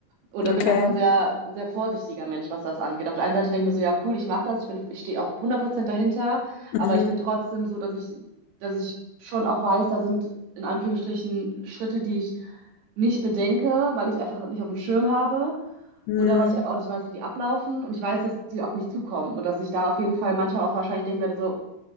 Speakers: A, on the right (about 85°); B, on the left (about 80°).
A: oder
B: Okay.
A: bin einfach ein sehr, sehr vorsichtiger Mensch, was das angeht. Auf der einen Seite denke ich mir so, ja, cool, ich mache das, ich bin, ich stehe auch 100% dahinter,
B: Mhm.
A: aber ich bin trotzdem so, dass ich, dass ich schon auch weiß, da sind in Anführungsstrichen Schritte, die ich nicht bedenke, weil ich einfach nicht auf dem Schirm habe
B: Mhm.
A: oder weil ich einfach auch nicht weiß, wie die ablaufen und ich weiß, dass die auf mich zukommen und dass ich da auf jeden Fall manchmal auch wahrscheinlich denken werde, so,